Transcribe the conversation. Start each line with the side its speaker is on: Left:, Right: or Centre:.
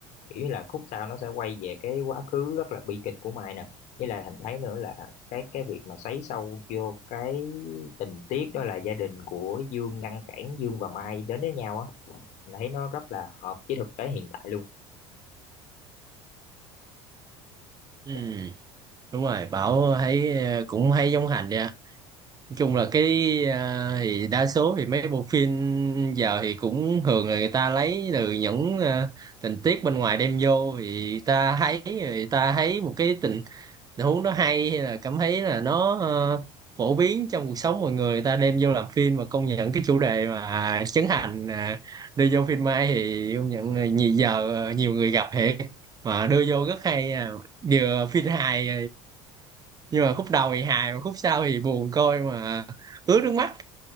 Left: nghĩ là khúc sau nó sẽ quay về cái quá khứ rất là bi kịch của Mai nè với lại Thành thấy nữa là cái cái việc mà xoáy sâu vô cái tình tiết đó là gia đình của Dương ngăn cản Dương và Mai đến với nhau á Thành thấy nó rất là hợp với thực tế hiện tại luôn
Right: ừ,
Left: Dạ,
Right: đúng rồi Bảo thấy ờ, cũng hay giống Hành đi nói chung là cái à, thì đa số thì mấy bộ phim giờ thì cũng thường là người ta lấy từ những à, tình tiết bên ngoài đem vô thì ta thấy người ta thấy một cái tình tình huống đó hay hay là cảm thấy là nó ờ, phổ biến trong cuộc sống mọi người người ta đem vô làm phim và công nhận cái chủ đề mà Trấn Thành à, đưa vô phim mai thì công nhận là nhiều giờ nhiều người gặp hệ mà đưa vô rất hay à. vừa phim hài nhưng mà khúc đầu thì hài mà khúc sau thì buồn coi mà ướt nước mắt